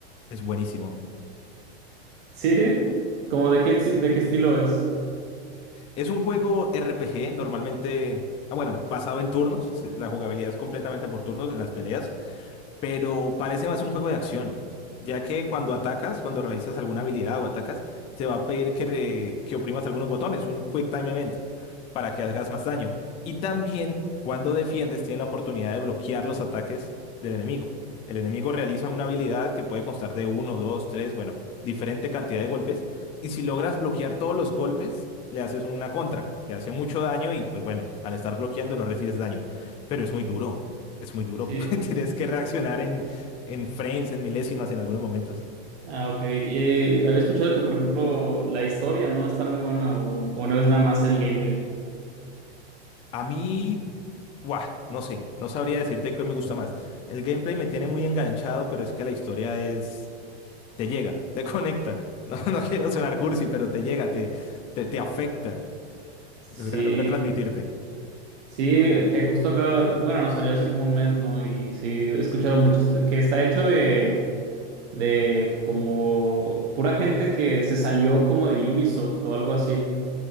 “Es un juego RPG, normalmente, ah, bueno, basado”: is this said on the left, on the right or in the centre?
Left